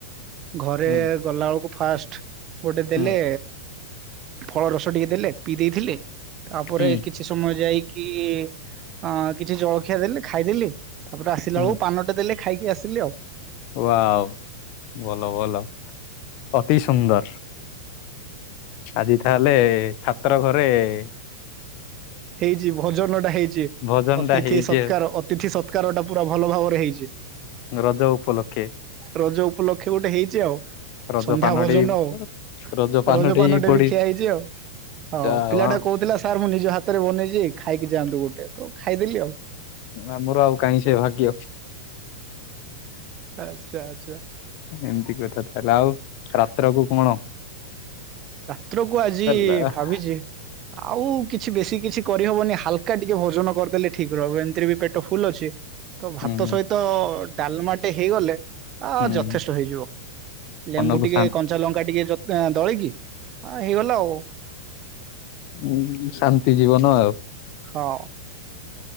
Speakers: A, on the right; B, on the left.
A: ଘରେ
B: ହୁଁ
A: ଗଲା ବେଳକୁ ଫାଷ୍ଟ ଗୋଟେ ଦଲେ
B: ହୁଁ
A: ଫଳ ରସ ଟିକେ ଦେଲେ ପିଇ ଦେଇଥିଲି, ତାପରେ
B: ହୁଁ
A: କିଛି ସମୟ ଯାଇ କି ଅ କିଛି ଜଳଖିଆ ଦେଲେ ଖାଇଦେଲି, ତାପରେ ଆସିଲା
B: ହୁଁ
A: ବେଳୁ ପାନଟେ ଦେଲେ ଖାଇକି ଆସିଲି ଆଉ,
B: ୱାଓ ଭଲ ଭଲ। ଅତି ସୁନ୍ଦର ଆଜି ତାହେଲେ ଛାତ୍ର ଘର ରେ ଏ
A: ହେଇଛି ଭୋଜନ ଟା ହେଇଛି
B: ଭୋଜନ
A: ଅତିଥି
B: ଟା ହେଇଛି
A: ସତ୍କାର ଅତିଥି ସତ୍କାର ଟା ପୁରା ଭଲ ଭାବରେ ହେଇଛି,
B: ରଜ ଉପଲକ୍ଷେ।
A: ରଜ ଉପଲକ୍ଷେ ଗୋଟେ ହେଇଛି ଚି ଆଉ,
B: ରଜ
A: ସନ୍ଧ୍ୟା
B: ପାନଟି
A: ଭୋଜନ ଆଉ
B: ରଜ ପାନଟି
A: ରଜପାନଟେ
B: ପଡି
A: ବି ଖିଆ ହେଇଛି ଆଉ, ହଉ
B: ଯାଉ
A: ପିଲାଟା କହୁଥିଲା ସାର୍ ମୁଁ ନିଜ ହାତରେ ବନେଇଛି ଖାଇକି ଯ। ଗୋଟେ। ତ ଖାଇଦେଲି ଆଉ।
B: ଆମର ଆଉ କାହିଁ ସେ ଭାଗ୍ୟ।
A: ଆଚ୍ଛା ଆଚ୍ଛା।
B: ଏମିତି କଥା ତାହଲା ଆଉ ରାତ୍ରକୁ କଣ।
A: ରାତ୍ର କୁ ଆଜି
B: ହୁଁ
A: ଭାବିଛି। ଆଉ କିଛି ବେଶୀ କିଛି କରିହବନି ହାଲକା ଟିକେ ଭୋଜନ କରିଦେଲେ ଠିକ ରହିବ ଏମିତିରେ ବି ପେଟ ଫୁଲ ଅଛି। ତ ଭାତ
B: ହୁଁ
A: ସହିତ ଡାଲମାଟି। େ ହେଇଗଲେ। ଆ
B: ହୁଁ
A: ଯଥେଷ୍ଟ ହେଇଯିବ ଲେମ୍ବୁ
B: ମନକୁ
A: ଟିକେ
B: ଶା
A: କଞ୍ଚା ଲଙ୍କା ଟିକେ ଦଳ କିି। ହଁ ହେଇଗଲା ଆଉ।
B: ଉ ଶାନ୍ତି ଜୀବନ ଆଉ।
A: ହଁ।